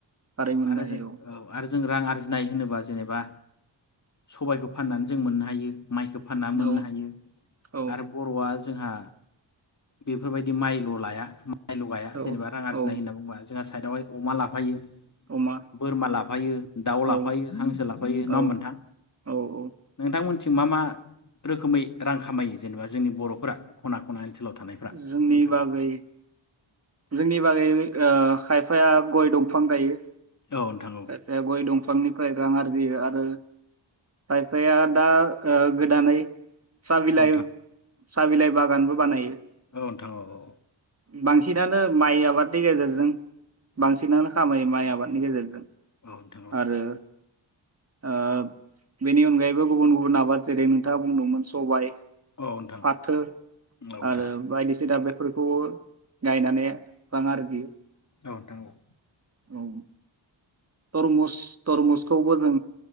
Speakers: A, on the right; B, on the left.
A: खारै मोननो
B: आरो
A: हायो
B: जों औ आरो जों रां आरजिनाय होनोबा जेनेबा सबायखौ फाननानै जों मोननो हायो माइखौ फानना मोननो
A: औ
B: हायो
A: औ
B: आरो बरआ जोंहा बेफोरबायदि माइल' लाया आयल' गाया
A: औ
B: जेनेबा रां आरजिनाय
A: औ
B: होनना बुंबा जोंहा साइडआवहाय अमा लाफायो
A: अमा
B: बोरमा लाफायो दाउ
A: औ
B: लाफायो हांसो लाफायो नङा
A: औ
B: होनबा नोंथां
A: औ औ
B: नोंथांमोन ओ मा मा रोखोमै रां खामायो जेनेबा जोंनि बर'फोरा खना खना ओनसोलाव थानायफ्रा
A: जोंनि
B: नोंथाङा
A: बागै जोंनि बागै ओ खायफाया गय दंफां गायो
B: नोंथां औ
A: ए ए गय दंफांनि खै रां आरजियो आरो खायफाया दा ओ गोदानै साबिलाइ
B: औ नोंथां
A: साबिलाइ बागानबो बानायो
B: औ नोंथां औ औ औ
A: बांसिन जिदानो माइ आबादनि गेजेरजों बांसिनानो खामायो माइ आबादनि गेजेरजों
B: औथ'
A: आरो ओ बिनि अनगायैबो गुबुन गुबुन आबाद जेरै नोंथाङा बुंदोंमोन सबाय
B: औ नोंथां औ नोंथां औ नोंथां औ नोंथां औ नोंथां
A: फाथो
B: औ औ
A: आरो बायदिसिना बे बेफोरखौबो गायनानै बां आरजियो
B: औ नोंथां औ
A: औ तरमुस तरमुसखौबो जों